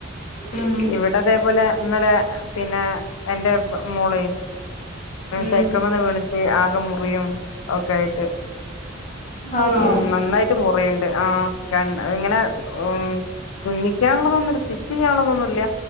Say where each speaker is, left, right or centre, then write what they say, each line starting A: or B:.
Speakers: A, on the left; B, on the left.
A: ഉം
B: ഇവിട അതേപോലെ ഇന്നലെ പിന്നെ എന്റെ മോളേ
A: ഉം
B: സൈക്കമെന്ന് വീണിട്ട് ആകെ മുറിയും ഒക്കെ ആയിട്ട്
A: ആണോ
B: ഉം നന്നായിട്ട് മുറിയുണ്ട് ആ കണ് ഇങ്ങനെ ഉം തുന്നിക്കാനുള്ളതൊന്നുല്ല സ്റ്റിച്ച് ചെയ്യാനുള്ളതൊന്നുല്ല